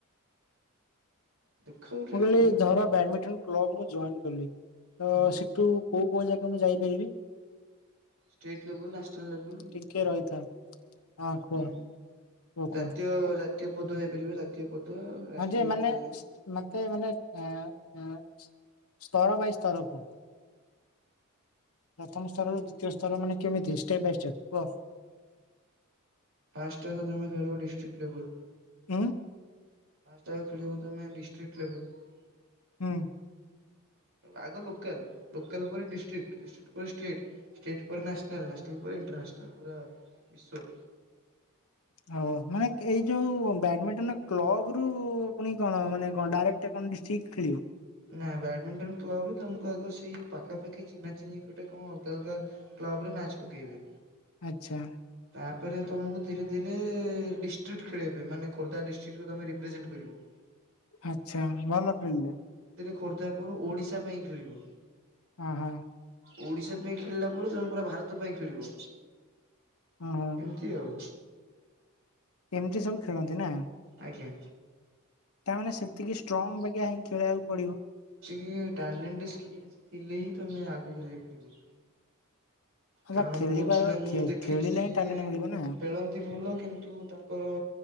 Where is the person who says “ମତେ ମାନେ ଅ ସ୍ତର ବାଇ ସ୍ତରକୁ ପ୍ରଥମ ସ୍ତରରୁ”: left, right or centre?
Left